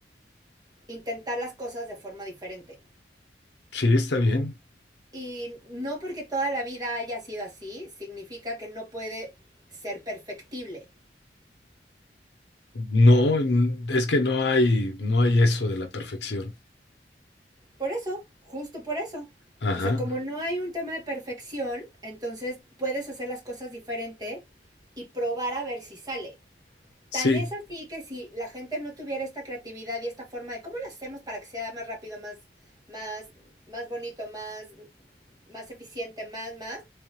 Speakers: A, on the right; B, on the left.
A: intentar las cosas de forma diferente.
B: sí, está bien.
A: Y no porque toda la vida haya sido así, significa que no puede ser perfectible.
B: No, n- es que no hay, no hay eso de la perfección.
A: Por eso, justo por eso.
B: Ajá,
A: O sea, como no hay un tema de perfección, entonces puedes hacer las cosas diferente y probar a ver si sale.
B: sí,
A: Tan es así que si la gente no tuviera esta creatividad y esta forma de cómo lo hacemos para que sea más rápido, más, más, más bonito, más, más eficiente, más, más,